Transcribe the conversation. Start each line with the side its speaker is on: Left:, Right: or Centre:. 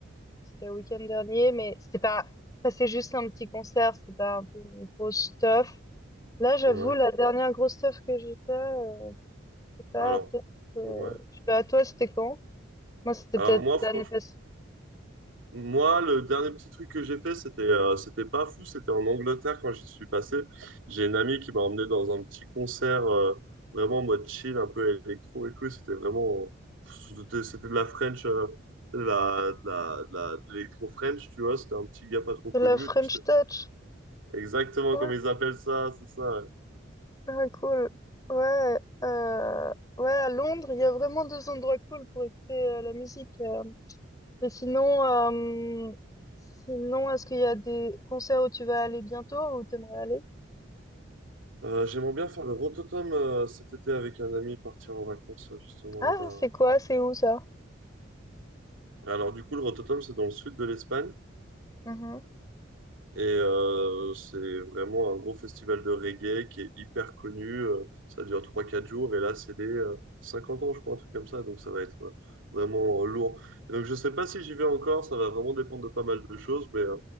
Left: c'était le week-end dernier, mais c'était pas... enfin, c'est juste un petit concert, c'était pas un peu une grosse stuff. Là, j'avoue,
Right: ouais.
Left: la dernière grosse stuff que j'ai fait, euh, je sais pas,
Right: Alors,
Left: peut-être... euh,
Right: ouais.
Left: je sais pas, toi, c'était quand? Moi, c'était
Right: Alors
Left: peut-être
Right: moi,
Left: l'année
Right: franchement,
Left: passée.
Right: moi, le dernier petit truc que j'ai fait, c'était euh, c'était pas fou, c'était en Angleterre quand j'y suis passé. J'ai une amie qui m'a emmené dans un petit concert euh, vraiment en mode chill, un peu électro et tout. et C'était vraiment, c'était c'était de la French, euh, de la, de la, de la- de l'électro French, tu vois. C'était un petit gars pas trop
Left: De
Right: connu
Left: la French
Right: et tout. C'était
Left: Touch.
Right: exactement
Left: Cool.
Right: comme ils appellent ça, c'est ça. ouais.
Left: Ah, cool. Ouais. euh, Ouais, à Londres, il y a vraiment deux endroits cool pour écouter euh, la musique. euh. Et sinon, euh, sinon, est-ce qu'il y a des concerts où tu vas aller bientôt ou t'aimerais aller?
Right: Euh, j'aimerais bien faire le Rototom euh, cet été avec un ami, partir en vacances euh, justement
Left: Ah,
Right: là-bas.
Left: c'est quoi? C'est où ça?
Right: Alors du coup, le Rototom, c'est dans le sud de l'Espagne
Left: Mhm.
Right: et euh, c'est vraiment un gros festival de reggae qui est hyper connu. euh, ça dure trois quatre jours et là, c'est des euh, 50 ans, je crois, un truc comme ça. Donc ça va être euh, vraiment euh, lourd. Et donc je sais pas si j'y vais encore, ça va vraiment dépendre de pas mal de choses, mais euh,